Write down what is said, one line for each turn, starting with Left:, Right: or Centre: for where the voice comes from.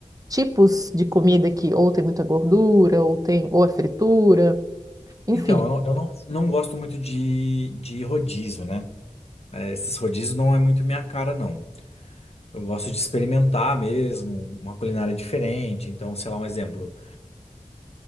Right: tipos de comida que ou tem muita gordura, ou tem, ou é fritura, enfim.
Left: Então, eu não, eu não, não gosto muito de, de rodízio, né? É, esses rodízios não é muito minha cara, não. Eu gosto de experimentar mesmo, uma culinária diferente. Então, sei lá, um exemplo.